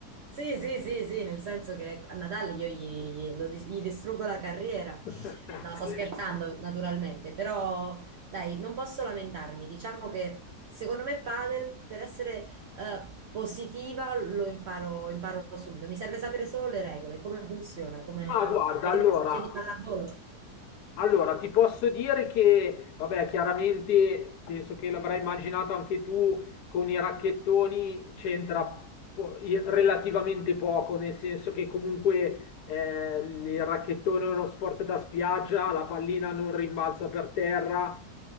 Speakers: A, on the right; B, on the left.
A: Sì, sì, sì, sì, nel senso che ecco, a Natale io gli, gli- lo dis- gli distruggo la carriera.
B: <laughs>
A: No, sto scherzando, naturalmente, però dai, non posso lamentarmi. Diciamo che secondo me padel, per essere eh, positiva, lo imparo, imparo subito. Mi serve sapere solo le regole, come funziona, come...
B: Ma guarda,
A: è
B: allora.
A: tipo una specie di pallavolo.
B: Allora, ti posso dire che, vabbè, chiaramente penso che l'avrai immaginato anche tu, con i racchettoni c'entra po- i- relativamente poco, nel senso che comunque eh, il racchettone è uno sport da spiaggia, la pallina non rimbalza per terra,